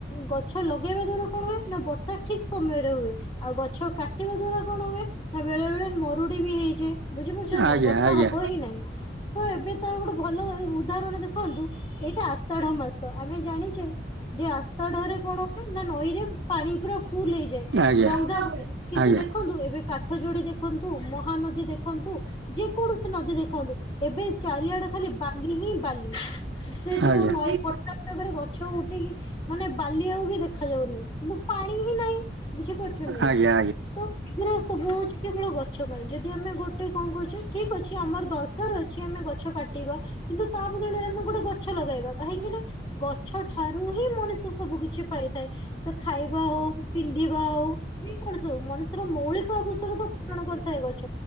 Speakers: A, on the left; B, on the right.
A: ଗଛ ଲଗେଇବା ଦ୍ଵାରା କଣ ହୁଏ ନା ବର୍ଷା ଠିକ ସମୟରେ ହୁଏ। ଆଉ ଗଛ କାଟିବା ଦ୍ଵାରା କଣ ହୁଏ ନା ବେଳେ ବେଳେ ମରୁଡି ବି ହେଇଯାଏ। ବୁଝିପାରୁଛଛନ୍ତି
B: ଆଜ୍ଞା
A: ନା ବର୍ଷା
B: ଆଜ୍ଞା।
A: ହବ ହିଁ ନାଇଁ ତ ଏବେ ତାର ଗୋଟେ ଭଲ ଏ ଉଦାହରଣ ଦେଖନ୍ତୁ ଏଇଟା ଆସ୍ଥାଢ ମାସ। ଆମେ ଜାଣିଛେ ଯେ ଆସାଢରେ କଣ ହୁଏ ନା ନଈ ରେ ପାଣି ପୁରା ଫୁଲ ହେଇଯାଏ
B: ଆଜ୍ଞା
A: ଡଙ୍ଗା ପଡେ। କିନ୍ତୁ
B: ଆଜ୍ଞା।
A: ଦେଖନ୍ତୁ
B: ଆଜ୍ଞା।
A: ଏବେ କା ଯୋଡି ଦେଖନ୍ତୁ ମହାନଦୀ ଦେଖନ୍ତୁ। ଯେକୌଣସି ନଦୀ ଦେଖନ୍ତୁ ଏବେ ଚାରିଆଡେ ଖାଲି ବାଲି ହିଁ ବାଲି। ସେ ଯୋଉ
B: ଆଜ୍ଞା ଆଜ୍ଞା ଆଜ୍ଞା
A: ନଈ
B: ଆଜ୍ଞା
A: ପଟାକରେ ଗଛ ଉଠିକି ମାନେ ବାଲି ଆଉ ବି ଦେଖ ଦେଖାଯାଉନି। କିନ୍ତୁ ପାଣି ହିଁ ନାହିଁ ବୁଝି ପାରୁଛନ୍ତି
B: ଆଜ୍ଞା
A: ନା ତ ଏଗୁରା ସବୁ ହଉଛି କେବଳ ଗଛ ପାଇଁ। ଯଦି ଆମେ ଗୋଟେ କଣ କରୁଛେ ଠିକ ଅଛି ଆମର ଦରକାର ଦରକାର ଅଛି ଆମେ ଗଛ କାଟିବା କିନ୍ତୁ ତା ବଦଳରେ ଆମେ ଗୋଟେ ଗଛ ଲଗେଇବା। କାହିଁକି ନା ଗଛ ଠାରୁ ହିଁ ମଣିଷ ସବୁ କିଛି ପାଇଥାଏ। ସେ ଖାଇ ହଉ, ପିନ୍ଧିବା ହଉୁ, ଯେ କୌଣସି ହଉ ମଣିଷର ମୌଳିକ ଆବସ୍ଯକତା ପୂରଣ କରିଥାଏ ଗଛ।